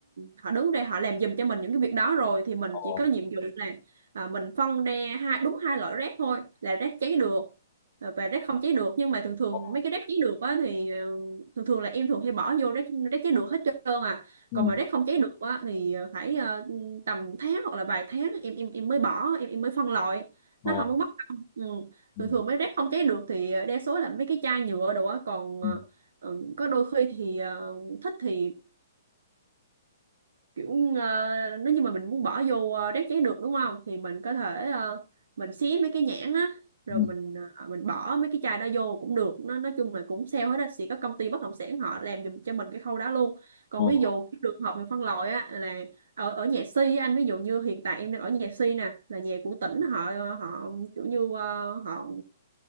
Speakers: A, on the right (about 75°); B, on the left (about 35°).
A: họ đứng ra họ làm giùm cho mình những cái việc đó rồi thì mình
B: ờ,
A: chỉ có nhiệm vụ là ờ, mình phân ra hai đúng hai loại rác thôi là rác cháy được và rác không cháy được nhưng mà thường thường
B: ờ,
A: mấy cái rác cháy được á thì ờ, thường thường là em thường hay bỏ vô rác rác cháy được hết trơn à
B: ừ,
A: còn mà rác không cháy được á thì ờ, phải ờ, tầm tháng hoặc là vài tháng em em em mới bỏ em em mới phân loại
B: ờ.
A: nó không có mất công ừ.
B: ừ,
A: thường thường mấy rác không cháy được thì ờ, đa số là mấy cái chai nhựa đồ á còn
B: ừ,
A: ờ, ừ, có đôi khi thì ờ, thích thì kiểu ờ, nếu như mà mình muốn bỏ vô ờ, rác giấy được đúng không thì mình có thể ờ, mình xé mấy cái nhãn á rồi
B: ừ.
A: mình ờ, mình bỏ mấy cái chai đó vô cũng được nó nói chung là cũng sale hết á sẽ có công ty bất động sản họ làm giùm cho mình cái khâu đó luôn còn
B: Ồ,
A: ví dụ cái trường hợp về phân loại á là ở ở nhà si á anh ví dụ như hiện tại em đang ở nhà si nè là nhà của tỉnh họ họ kiểu như ờ, họ